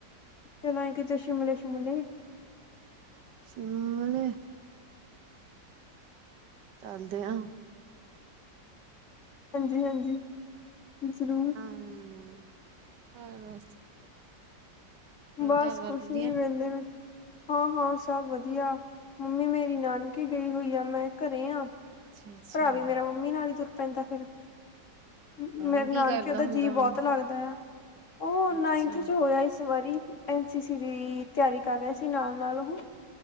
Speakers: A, on the left; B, on the right.
A: ਚਲਏ ਕਿਤੇ ਸ਼ਿਮਲੇ ਸ਼ਿਮਲੇ
B: ਸ਼ਿਮਲੇ ਚੱਲਦੇ ਆ
A: ਹਾਂਜੀ ਹਾਂਜੀ ਜ਼ਰੂਰ
B: ਹਾਂ ਹੋ
A: ਬਸ
B: ਘਰ ਬਾਰ
A: ਕੁਛ
B: ਵਧੀਆ
A: ਨੀ ਮਹਿੰਦੇ ਮ ਹਾਂ ਹਾਂ ਸਭ ਵਧੀਆ ਮੰਮੀ ਮੇਰੀ ਨਾਨਕੇ ਗਈ ਹੋਈ ਆ ਮੈਂ ਘਰੇ ਆ
B: ਅੱਛਾ-ਅੱਛਾ-ਅੱਛਾ
A: ਭਰਾ ਵੀ ਮੇਰਾ ਮੰਮੀ ਨਾਲ ਹੀ ਤੁਰ ਪੈਂਦਾ ਫਿਰ ਮੇਰੇ
B: ਉਹ ਕੀ
A: ਨਾਨਕੇ
B: ਕਰਦਾ
A: ਉਹਦਾ
B: ਹੁੰਦਾ
A: ਜੀਅ
B: ਹੁਣ
A: ਬਹੁਤ ਲੱਗਦਾ ਆ ਉਹ
B: ਅੱਛਾ
A: ਨਾਈਥ ਚ ਹੋਇਆ ਇਸ ਵਾਰੀ ਐਨਸੀ ਸੀ ਦੀ ਤਿਆਰੀ ਕਰ ਰਿਹਾ ਸੀ ਨਾਲ ਨਾਲ ਉਹ